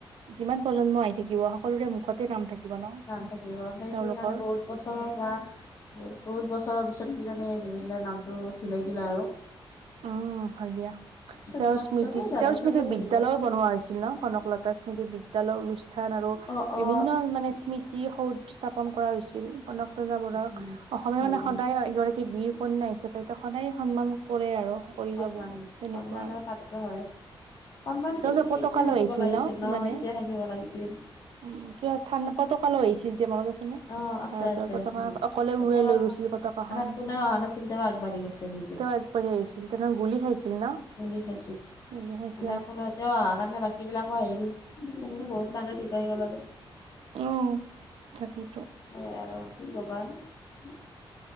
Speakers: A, on the right; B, on the left.
A: যিমান প্ৰজন্ম আহি থাকিব সকলোৰে মুখতে নাম থাকিব ন
B: নাম থাকিব সেইটো
A: তেওঁলোকৰ
B: কাৰণে বহুত বছৰৰ পৰা বহুত বহুত বছৰৰ পিছত কিজানি জীবন্দ দাৰ নামটো চিলকিলে আৰু
A: উম, হয় দিয়া।
B: <inaudible>
A: তেওঁৰ স্মৃতিত
B: চবেই জানে
A: তেওঁৰ স্মৃতিত
B: চবেই চিনি
A: বিদ্যালয়ও
B: পায়
A: বনোৱা হৈছিল ন' কনক লতা স্মৃতিৰ বিদ্যালয় অনুষ্ঠান আৰু
B: অ
A: বিভিন্ন
B: অ
A: মানে স্মৃতি কি সৌদ স্থাপন কৰা হৈছিল কনকজা বৰুৰাক
B: উম উম
A: অসমীয়া মানে
B: উম
A: সদায় এগৰাক বীৰ কন্যা হিচাপে ত সদায় সন্মান কৰে আৰু কৰি
B: সন্মান
A: যাব তেনেকুৱা
B: সন্মানৰ
A: আৰু
B: পাত্ৰ হয় সন্মান
A: তেওঁ
B: কি তুমি
A: যে পতকা
B: এতিয়া
A: লৈ
B: থাকিব
A: আহিছিল
B: লাগিছিল
A: ন মানে
B: এতিয়া থাকিব লাগিছিল
A: উ কিবা <unintelligible> তোৰ তালৈ আহছিল যে মনত আছে।
B: অ আছে
A: ভাৰতৰ
B: আছে
A: পতাকা
B: আছে
A: অকলে
B: বৰ্তমান
A: উৰুৱাই লৈ গৈছিল। পতাকাখন
B: মানে কোনেও অহা নাছিল তেওঁ আগবাঢ়ি গৈছে নিজে
A: তেওঁ আগবাঢ়ি আহিছিল, তেওঁ গুলি খাইছিল ন
B: বুলি খাইছো।
A: উলাইছ
B: মানে কোনো এতিয়াও অহাৰ কাৰণে বাকী বিলাকো আহিল। সেনেকে বহুত মানুহ ঢুকাই গ'ল আৰু।
A: অ, তাকেই।
B: সেইয়া আৰু কি কবা ন'।